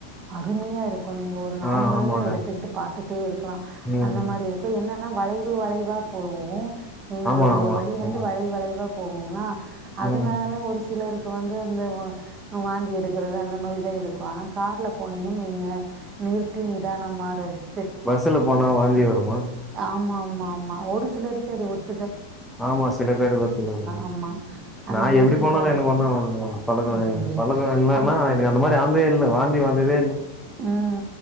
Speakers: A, on the right (about 30°); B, in the centre.
A: அருமயா இருக்கு கோ நீங்க ஒரு நாள்
B: ஆ ஆ
A: முழுவதும்
B: ஆமாங்க
A: எடுத்துக்கிட்டு பாத்துகிட்டே இருக்கலா
B: ம்
A: அந்த மாரி இருக்கு என்னன்னா வளைவு வளைவா போவு எங்களுடைய
B: ஆமா ஆமா
A: வழி வந்து
B: ம்
A: வளைவு வளைவா போகுங்களா அதனால
B: ம்
A: ஒரு சிலருக்கு வந்து இந்த வாந்தி எடுக்கிறது அந்த மாரி தா இருக்கு ஆனா கார்ல போனீங்கன்னு வைங்க நிறுத்தி நிதானமா ரசி
B: பஸ்ல போனா வாந்தி வருமா
A: ஆமாம் ஆமாமா ஒரு சிலருக்கு அது ஒத்
B: ஆமா சில பேருக்கு ஒத்துக்காது
A: ஆமா அந்த
B: நா
A: மாரி
B: எப்படி போனாலு
A: இப்போ
B: எனக்கு ஒண்ணு ஆவாது பழக்கோ
A: ஆ அப்படி
B: பழக்கோ என்னன்னா
A: அவ
B: எனக்கு அந்த மாரி வந்தே இல்ல வாந்தி வந்ததே இல்ல
A: உம்